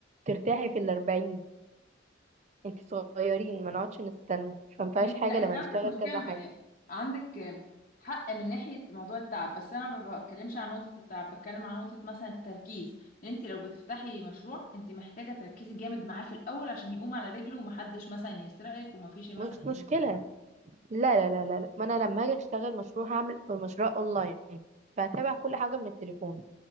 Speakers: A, on the right (about 35°); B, on the left (about 40°).
A: ترتاحي في الأربعين أنت صغيرين ما نقعدش نستنى فمفيهاش
B: ماشي
A: حاجة
B: لا انت
A: لما
B: عندك
A: نشتغل
B: مشكلة
A: كذا
B: م-
A: حاجة
B: عندك حق من ناحية موضوع التعب بس انا ما بتكلمش عن نقطة التعب بتكلم عن نقطة مثلا التركيز ان انت لو بتفتحي مشروع انت محتاجة تركزي جامد معاه في الأول عشان يقوم على رجله ومحدش مثلا يسرقك ومفيش مثلا
A: مش مشكلة لا لا لا لا لا. ما أنا لما أجي أشتغل مشروع هعمل مشروع أونلاين فهتابع كل حاجة من التليفون